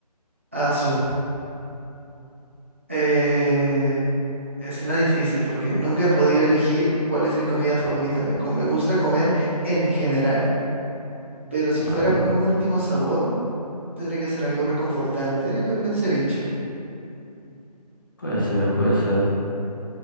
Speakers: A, on the right; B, on the left.
A: Asu, eh, es una difícil porque nunca he podido elegir cuál es mi comida favorita. Me, co- me gusta comer en general, pero si
B: Vale.
A: fuera un último sabor, tendría que ser algo reconfortante. Yo creo que un ceviche.
B: Puede ser, puede ser.